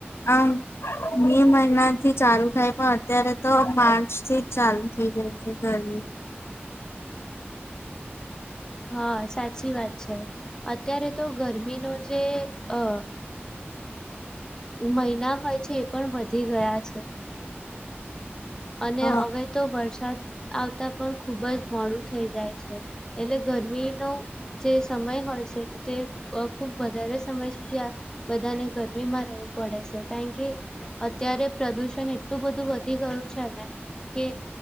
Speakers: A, on the left; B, on the left.
A: આમ મે મહિનાથી ચાલુ થાય પણ અત્યારે તો માર્ચ થી જ ચાલુ થઈ જાય છે ગરમી
B: હા સાચી વાત છે અત્યારે તો ગરમીનો જે અ મહિના હોય છે એ પણ વધી ગયા છે. અને
A: હા
B: અવે તો વરસાદ આવતા પણ ખૂબ જ મોડું થઈ જાય છે એટલે ગરમીનો જે સમય હોય છે તે ખૂબ વધારે સમય સુધી આ બધાને ગરમીમાં રહેવું પડે છે કારણ કે અત્યારે પ્રદૂષણ એટલું બધું વધી ગયું છેને કે